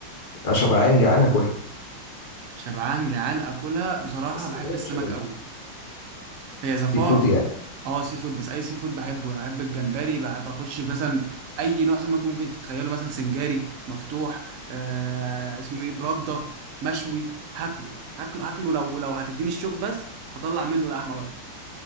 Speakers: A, on the left; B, on the right.
A: شبعان جعان هاكلها
B: <laughs> شبعان جعان اكلها بصراحه
A: بس
B: بحب
A: الحاجات
B: السمك
A: مش أنا-
B: قوي هي زفاره
A: سي فود يعني
B: اه سي فود بس اي سي فود بحبه يعني بحب الجمبري بحب اخش في مثلا اي نوع سمك ممكن تتخيله مثلا سنجاري مفتوح آه اسمه ايه برده مشوي هاكله هاكله هاكله لو لو هتديني الشوك بس هطلع منه لحمه بقى